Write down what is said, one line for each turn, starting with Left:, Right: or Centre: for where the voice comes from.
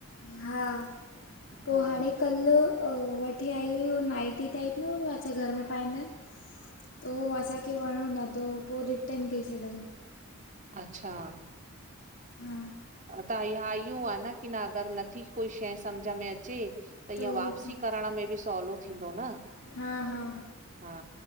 Left: हा पोइ
Right: हा
Left: हाणे कल्ह वठी आई हुई, नाइटी टाइप न छा? घर, में पाईंदा आहिनि, त हो, असांखे वणो, न त पोइ वापिस डई छॾियो।
Right: अच्छा,
Left: हू,
Right: त हा, ईहो आहे न, की न अगरि नथी कोई शइ, सम्झ में अचे त, हीअ
Left: उहो
Right: वापसी
Left: ज-
Right: करण, में बि सवलो, थींदो न
Left: हा हा
Right: हा,